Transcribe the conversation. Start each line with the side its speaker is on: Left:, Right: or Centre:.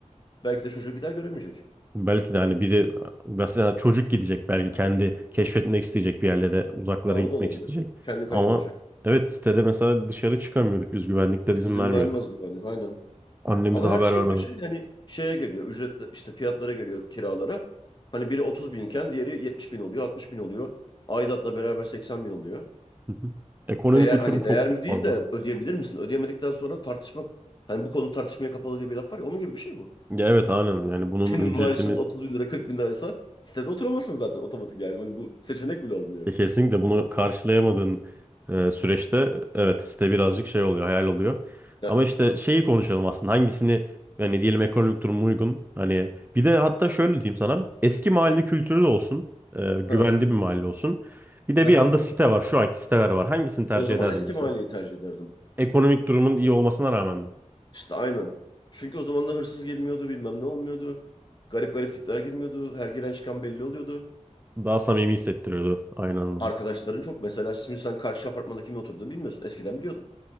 Left: belki de çocuğu bir daha göremeyecek.
Right: Belki de hani biri mesela çocuk gidecek belki kendi keşfetmek isteyecek bir yerlere uzaklara
Left: Ha, o
Right: gitmek
Left: da olabilir.
Right: isteyecek.
Left: Kendi kaybolacak.
Right: Ama evet sitede mesela dışarı çıkamıyorduk biz güvenlikler izin
Left: İzin
Right: vermiyordu.
Left: vermez güvenlik, aynen.
Right: Annemize
Left: Ama
Right: haber
Left: her şeyin
Right: vermeden.
Left: başı yani şeye geliyor. Ücret işte fiyatlara geliyor kiralara. Hani biri 30 binken diğeri 70 bin oluyor, 60 bin oluyor. Aidatla beraber 80 bin oluyor.
Right: Hı hı. Ekonomik
Left: Değer,
Right: uçurum
Left: hani
Right: çok
Left: değer mi değil
Right: fazla.
Left: de ödeyebilir misin? Ödeyemedikten sonra tartışmak hani bu konu tartışmaya kapalı diye bir laf var ya onun gibi bir şey bu.
Right: Ya evet aynen yani bunun
Left: Senin
Right: ücretini
Left: maaşın 30 bin lira 40 bin liraysa sitede oturamazsın zaten otomatik yani. Hani bu seçenek bile olmuyor.
Right: E, Kesinlikle bunu karşılayamadığın e, süreçte evet site birazcık şey oluyor, hayal oluyor.
Left: Ya,
Right: Ama işte şeyi konuşalım aslında hangisini yani diyelim ekonomik durum uygun. Hani bir de hatta şöyle diyeyim sana eski mahalle kültürü de olsun, e, güvenli
Left: ha,
Right: bir mahalle olsun. Bir de
Left: ha,
Right: bir yanda
Left: ha.
Right: site var, şu anki siteler var. Hangisini tercih
Left: O zaman
Right: ederdin
Left: eski
Right: mesela?
Left: mahalleyi tercih ederdim.
Right: Ekonomik durumun iyi olmasına rağmen mi?
Left: İşte aynen. Çünkü o zamanlar hırsız girmiyordu, bilmem ne olmuyordu. Garip garip tipler girmiyordu. Her giren çıkan belli oluyordu.
Right: Daha samimi hissettiriyordu aynı anlamda.
Left: Arkadaşların çok. Mesela şimdi sen karşı apartmanda kimin oturduğunu bilmiyorsun. Eskiden biliyordun.